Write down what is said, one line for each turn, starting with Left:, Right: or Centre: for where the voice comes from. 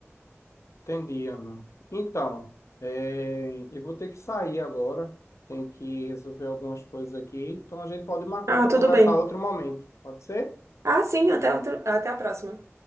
Left: Entendi, Ana. Então, é, eu vou ter que sair agora, tem que resolver algumas coisas aqui, então a gente pode marcar
Right: Ah,
Left: para
Right: tudo
Left: conversar
Right: bem.
Left: outro momento, pode ser?
Right: Ah, sim, até, outro- até a próxima.